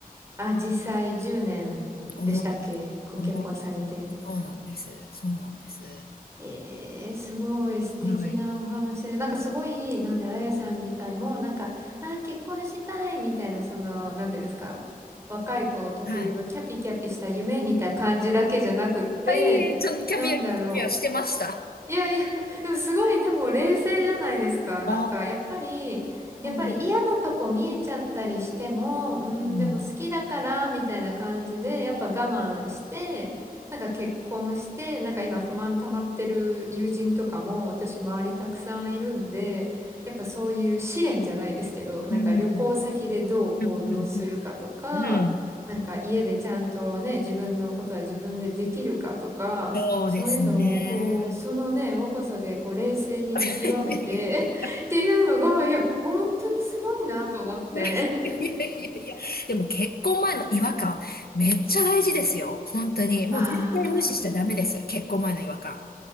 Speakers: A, on the right; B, on the left.
A: あ、実際10年でしたっけご結婚されて。
B: うん思い、思い、そうなんです。そうなんです。
A: えー、すごい素敵なお話で、
B: はい。
A: なんかすごい、なんだろう、あやさん自体も、なんか、あー、結婚したいみたいな、その、なんていうんですか、若い子特有のキャピキャピした夢みたいな感じだけじゃなくって、
B: はい。はい、ちょっとキャビア、
A: なんだろう、
B: キャビアしてました。
A: いやいや、<laughs> でもすごい、でも冷静じゃないですか。なんか、
B: お
A: やっぱり、やっぱり嫌なとこ見えちゃったりしても、
B: ー。
A: うん、
B: うん。
A: でも好きだから、みたいな感じで、やっぱ我慢して、なんか結婚して、なんか今不満溜まってる友人とかも、私周りたくさんいるんで、やっぱそういう試練じゃないですけど、なんか旅行先でどう行動するかとか、
B: うん。うん。うん
A: なんか家でちゃんとね、自分のことは自分でできるかとか、
B: そうですね。
A: そういうのを、こう、そのね、若さで、こう、冷静に見極めて
B: い
A: <laughs> っていうのが、いや、本当にすごいなと思って。
B: やいやいやいやいや。でも結婚前の違和感、めっちゃ大事ですよ。本当に。もう絶対無視しちゃダメです。
A: ああ、
B: 結婚前の違和感。